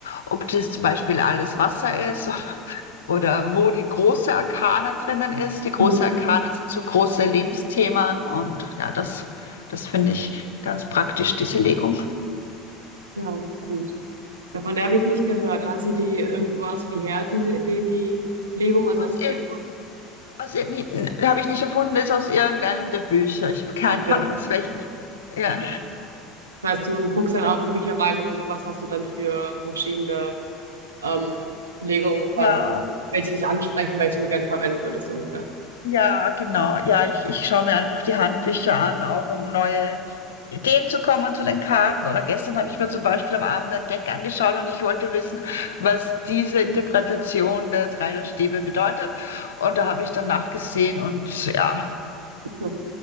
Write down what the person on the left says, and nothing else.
ob das zum Beispiel alles Wasser ist <laughs> oder wo die große Arkana drinnen ist. Die große
Arkana sind so große Lebensthemen und ja, das, das finde ich ganz praktisch, diese
Legung.
Aus,
irg-
aus, irg- habe ich nicht erfunden, ist aus irgendeinem der Bücher. Ich habe keine
<laughs> Ahnung, aus welchen. Ja.
Ja,
ja, genau. Ja, ich, ich schaue mir einfach die Handbücher an, auch um neue Ideen zu kommen zu den Karten. Oder gestern habe ich mir zum Beispiel am Abend ein Deck angeschaut und ich wollte wissen, was diese Interpretation der drei der Stäbe bedeutet. Und da habe ich dann nachgesehen und ja,